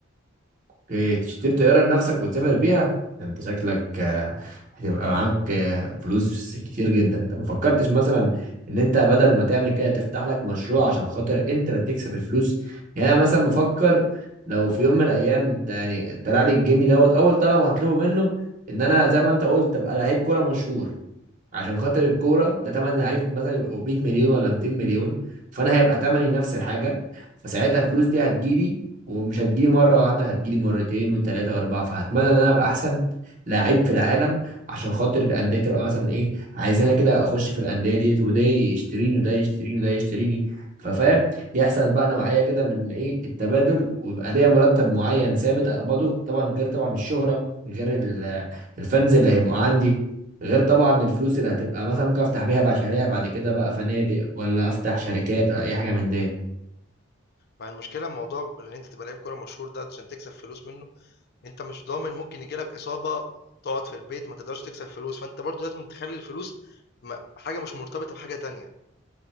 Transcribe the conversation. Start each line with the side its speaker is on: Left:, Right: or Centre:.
Right: اوكي تشتري طيارة لنفسك وتسافر بيها ده انت شكلك آه، هتبقى معاك آه، فلوس كتير جدا انت ما فكرتش مثلا ان انت بدل ما تعمل كده تفتح لك مشروع عشان خاطر انت اللي تكسب الفلوس يعني انا مثلا بفكر لو في يوم من الايام انت يعني طلع لي الجني دوت اول طلب هطلبه منه ان انا زي ما انت قلت ابقى لعيب كورة مشهور عشان خاطر الكوره ده تمن لعيب مثلا يبقوا 100 مليون ولا 200 مليون فانا هيبقى تمني نفس الحاجه فساعتها الفلوس دي هتجيلي ومش هتجيلي مره واحده هتجيلي مرتين وثلاثه واربعه فهتمنى ان انا ابقى احسن لعيب في العالم عشان خاطر الانديه تبقى مثلا ايه عايزانا كده اخش في الانديه ديت وده يشتريني وده يشتريني وده يشتريني ففاهم يحصل بقى نوعيه كده من ايه التبادل ويبقى ليا مرتب معين ثابت اقبضه طبعا غير طبعا الشهره غير ال- الفانز اللي هيبقوا عندي غير طبعا الفلوس اللي هتبقى مثلا ممكن افتح بيها مشاريع بعد كده بقى فنادق ولا افتح شركات ولا اي حاجه من ديت
Left: مع المشكله الموضوع ان انت تبقى لعيب كوره مشهور ده عشان تكسب فلوس منه انت مش ضامن ممكن يجيلك اصابه تقعد في البيت ما تقدرش تكسب فلوس فانت برضو لازم تخلي الفلوس م- حاجه مش مرتبطه بحاجه تانية